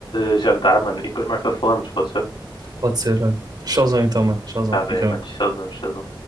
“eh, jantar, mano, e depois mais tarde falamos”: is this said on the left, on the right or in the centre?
Left